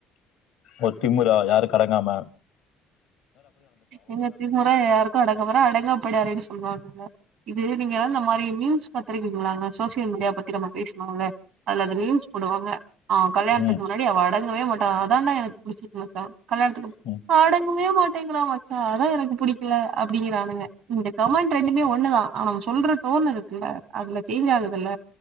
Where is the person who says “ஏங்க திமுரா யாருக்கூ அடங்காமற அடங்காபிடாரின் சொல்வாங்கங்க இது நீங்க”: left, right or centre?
Right